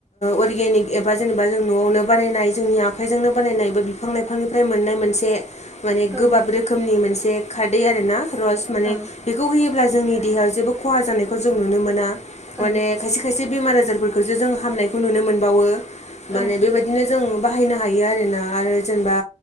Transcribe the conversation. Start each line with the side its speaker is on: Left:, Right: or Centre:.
Left: अर्गेनिक एबा जेनेबा जों न'आवनो बानायनाय जोंनि आख आफायजोंनो बानायनायबो बिफां लाइफांनिफ्राय मोननाय मोनसे माने
Right: औ
Left: गोबाब रोखोमनि मोनसे खारदै आर ना रस माने
Right: औ
Left: बेखौ होयोब्ला जोंनि देहायाव जेबो खहा जानायखौ जों नुनो मोना
Right: औ
Left: माने खायसे खायसे ए बेमार आजारफोरखौसो जों हामनायखौ नुनो मोनबावो माने
Right: औ औ
Left: बेबायदिनो जों बाहायनो हायो आरोना आरो जेनेबा